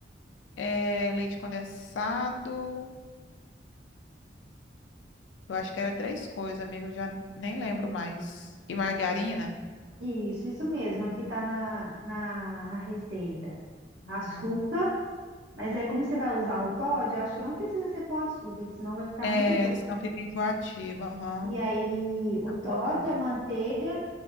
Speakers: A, on the left; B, on the right.
A: é, leite condensado. Eu acho que era três coisas, amiga, eu já n- nem lembro mais. E margarina?
B: Isso, isso mesmo. Aqui tá na, na, na receita. Açúcar,
A: Uhum.
B: mas aí como você vai usar o Toddy, eu acho que não precisa ser pôr açúcar, que senão vai ficar
A: É,
B: muito
A: senão fica enjoativa. Aham.
B: E aí o
A: Tá
B: Toddy,
A: bom, não.
B: a manteiga